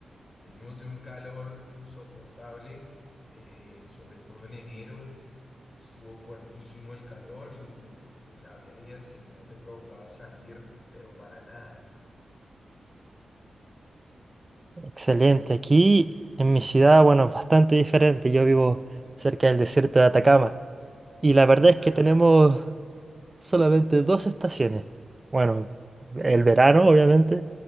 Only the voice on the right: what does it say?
Excelente. Aquí en mi ciudad, bueno, es bastante diferente. Yo vivo cerca del desierto de Atacama. Y la verdad es
que tenemos
solamente dos estaciones. Bueno, el verano, obviamente,